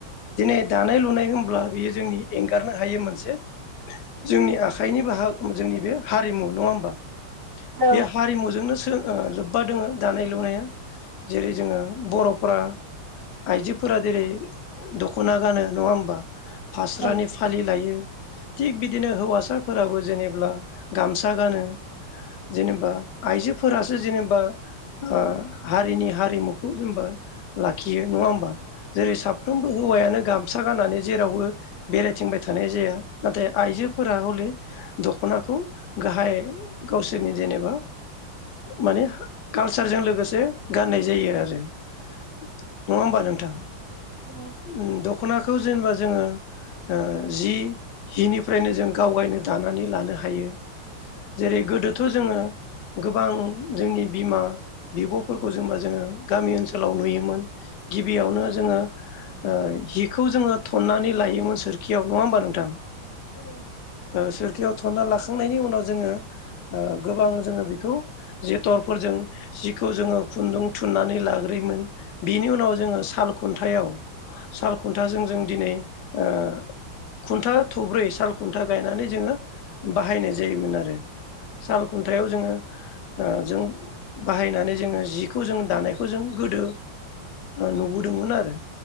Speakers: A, on the left; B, on the right.
A: दिनै
B: औ
A: दानाय लुनाय होनब्ला बेयो जोंनि एंगारनो हायै मोनसे जोंनि आखाइ आखायनि बाहा जोंनि बे हारिमु नङा होमबा!
B: औ
A: बे हारिमुजोंनो ओ लोब्बा दङो दानाय लुनाया जेरै जोङो बर'फोरा आइजोफोरा जेरै दख'ना गानो नङा होमबा फास्रानि
B: औ
A: फालि लायो थिग बिदिनो हौवासा फोराबो जेनेब्ला गामसा गानो जेनेबा आइजोफोरासो जेनेबा ओ हारिनि हारिमुखौ जेनबा लाखियो नङा होमबा! जेरै साफ्रोमबो हौवायानो गामसा गानानै जेरावबो बेरायथिंबाय थानाय जाया। नाथाय आइजोफोरा हले दख'नाखौ गाहाय गावसोरनि जेनेबा माने कालसारजों लोगोसे गाननाय जायो आरो नङा होमबा नोंथां!
B: औ औ
A: उम द ख'नाखौ जेनेबा जोङो ओ जि हिनिफ्रायनो जों गावगायनो दानानै लानो हायो जेरै- गोदोथ' जोङो गोबां जोंनि बिमा बिब'फोरखौ जेनेबा जोङो गामि ओनसोलाव नुयोमोन गिबियावनो जोङो ओ जिखौ जोङो थन्नानै लायोमोन सोरखियाव नङा होमबा नोंथां
B: औ
A: ओ सोरखियाव थनना लाखांनायनि उनाव जोङो ओ गोबां जोङो बेखौ जथरफोर जों जिखौ जोङो खुन्दुं थुननानै लाग्रोयोमोन बिनि उनाव जोङो साल खुन्थायाव साल खुन्थाजों जों दिनै ओ खुन्था थब्रै साल खुन्था गायनानै जोङो बाहायनाय जायोमोन आरो साल खुन्थायाव जोङो ओ जों बाहायनानै जोङो जिखौ जों दानायखौ जों गोदो नुबोदोंमोन आरो।